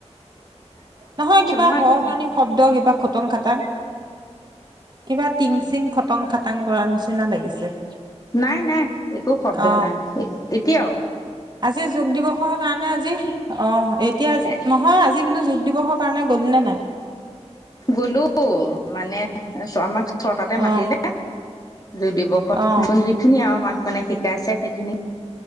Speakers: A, on the right; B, on the left.
A: নহয়, কিবা
B: মই
A: হৰ-হৰনি
B: একো
A: শব্দ, কিবা খটং খাটাং, কিবা টিং চিং খটং খাটাং কৰাৰ নিচিনা লাগিছে।
B: নাই-নাই, একো শব্দ
A: অ
B: নাই, এতিয়াও?
A: আজি যোগ দিৱসৰ কাৰণে আজি, অ, এত তিয়া আজি
B: এ
A: নহয়, আজি বোলো যোগ দিৱসৰ কাৰণে গ'লি নে নাই?
B: গলো, মানে চৰ্মাক <unintelligible> মাতিলে
A: অ
B: যোগ দিৱসত,
A: অ
B: যোন যিখিনি আৰু মা মানে শিকাইছে, সেইখিনি